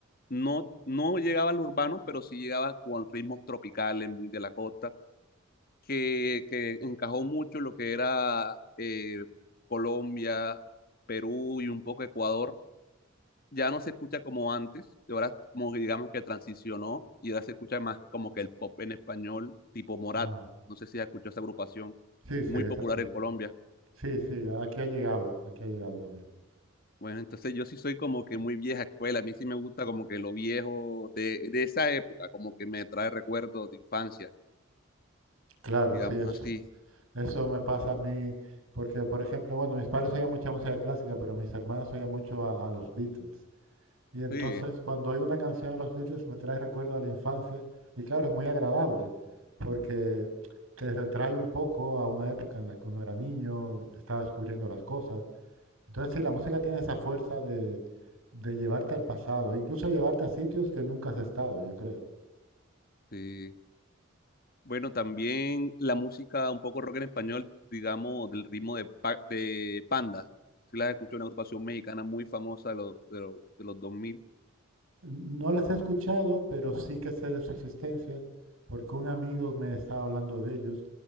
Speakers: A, on the left; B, on the right.
A: No, no llegaba al urbano, pero sí llegaba con ritmos tropicales, muy de la costa. que, que encajó mucho lo que era eh, Colombia, Perú y un poco Ecuador. Ya no se escucha como antes, y ahora como que digamos que transicionó y ahora se escucha más como que el pop en español tipo Morat.
B: Ah,
A: No sé si has escuchado esa agrupación,
B: sí, sí,
A: muy
B: es
A: popular
B: así.
A: en Colombia.
B: Sí, sí, aquí ha llegado, aquí ha llegado también.
A: Bueno, entonces yo sí soy como que muy vieja escuela, a mí sí me gusta como que lo viejo de, de esa época, como que me trae recuerdos de infancia,
B: Claro,
A: digamos
B: sí, es,
A: así.
B: eso me pasa a mí, porque por ejemplo, bueno, mis padres oían mucha música clásica, pero mis hermanas oían mucho a, a los Beatles. Y entonces
A: Sí,
B: cuando oigo una canción de los Beatles me trae recuerdo a la infancia y claro, es muy agradable, porque te retrae un poco a una época en la que uno era niño, estaba descubriendo las cosas. Entonces sí, la música tiene esa fuerza de, de llevarte al pasado, incluso llevarte a sitios que nunca has estado, yo creo.
A: sí. Bueno, también la música un poco rock en español, digamos, del ritmo de, Pa- de Panda. Si las escucho, una agrupación mexicana muy famosa de, los de, los de los 2000?
B: No las he escuchado, pero sí que sé de su existencia, porque un amigo me estaba hablando de ellos